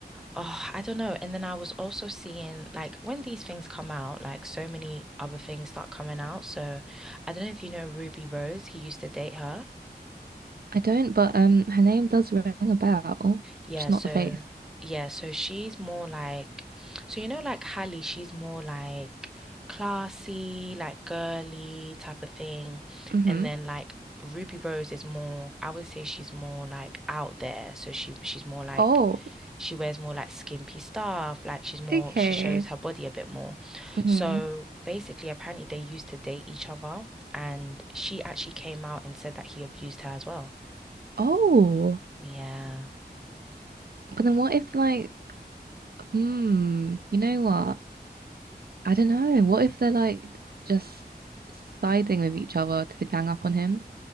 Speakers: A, in the centre; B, on the right (about 65°).
A: oh, I don't know. And then I was also seeing like when these things come out, like so many other things start coming out. So I don't know if you know Ruby Rose, he used to date her.
B: I don't, but um, her name does ring a bell,
A: Yeah,
B: just not
A: so
B: the face.
A: yeah, so she's more like so you know like Hallie, she's more like classy, like girly type of thing.
B: hmm
A: And then like Ruby Rose is more I would say she's more like out there. So she she's more like
B: Oh,
A: she wears more like skimpy stuff, like she's more
B: okay.
A: she shows her body a bit more.
B: hmm
A: So basically apparently they used to date each other and she actually came out and said that he abused her as well.
B: Oh,
A: Yeah.
B: but then what if like, hmm, you know what? I don't know. What if they're like just siding with each other to gang up on him?